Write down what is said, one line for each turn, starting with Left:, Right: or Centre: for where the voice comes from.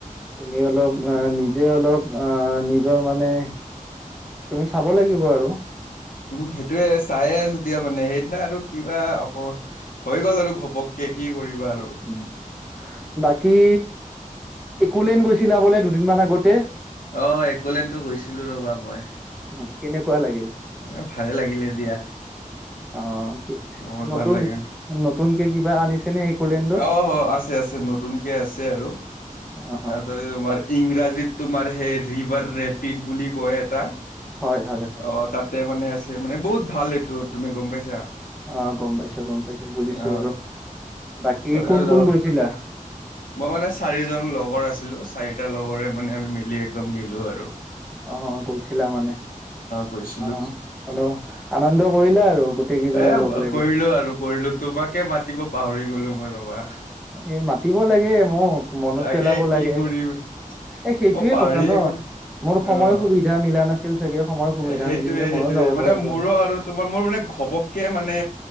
Centre: তুমি অলপ অ নিজে অলপ আহ নিজৰ মানে তুমি চাব লাগিব আৰু
Left: উম সেইটোয়ে চাইে আছো দিয়া মানে সেইদিনা আৰু কিবা অ হৈ গ'ল আৰু ঘপক কে কি কৰিবা আৰু
Centre: উম বাকী একোলেন গৈছিলা বোলে দুদিনমান আগতে
Left: অ একোলেনো গৈছিলো ৰবা মই
Centre: অ কেনেকুৱা লাগিল
Left: এ ভালে লাগিলে দিয়া
Centre: অ কি
Left: বহুত
Centre: নতুন
Left: ভাল লাগিল
Centre: নতুনকে কিবা আনিছে নে একোলেণ্ডত
Left: অ আছে আছে নতুনকে আছে আৰু
Centre: অ', অ',
Left: ত তোমাৰ ইংৰাজীত তোমাৰ সেই ৰিভাৰ ৰেপিড বুলি কয় এটা
Centre: হয়, হয়, হয়,
Left: অ
Centre: হয়।
Left: তাত মানে আছে মানে বহুত ভাল এইটো তুমি গম পাইছা
Centre: অ গম পাইছো গম পাইছো বুজিছো
Left: অ
Centre: আৰু বাকী
Left: তাতে
Centre: কোন
Left: আৰু যাবা
Centre: কোন গৈছিলা
Left: মই মানে চাৰিজন লগৰ আছিলো চাৰিটা লগৰে মানে আমি মিলি একদম গেলোঁ আৰু
Centre: অ গৈছিলা মানে
Left: গৈছো
Centre: অ অল আনন্দ কৰিলো আৰু গোটেই কেইজনে
Left: এ
Centre: লগ লাগে
Left: কৰিলো আৰু কৰিলো তোমাকে মাতিব পাহৰি গলো মই ৰবা
Centre: এই মাতিব লাগে মোক মনত
Left: তাকে
Centre: পেলাব
Left: কি
Centre: লাগে
Left: কৰিম
Centre: এ সেইটোয়ে
Left: মই পাহৰিয়ে
Centre: কথা ন
Left: গলো
Centre: মোৰ সময়ো সুবিধা
Left: অ
Centre: মিলান ন ছিল চাগে সময় সুবিধা
Left: সেইটোয়ে
Centre: মিলিলে ময়ো
Left: সেইটোয়ে
Centre: যাব
Left: মানে
Centre: পাৰিলো
Left: মোৰো
Centre: হয়।
Left: আৰু তোমাৰ মোৰ মানে ঘবককে মানে